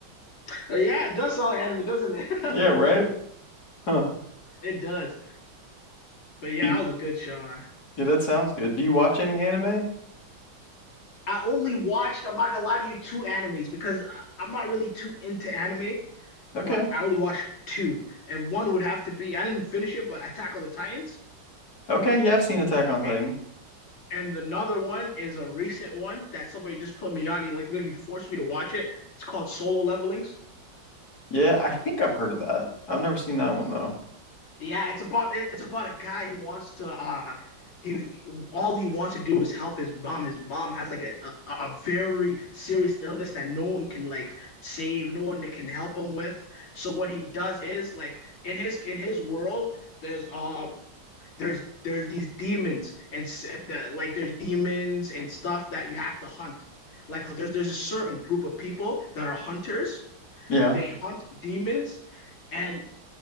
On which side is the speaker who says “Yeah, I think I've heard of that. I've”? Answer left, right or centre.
Left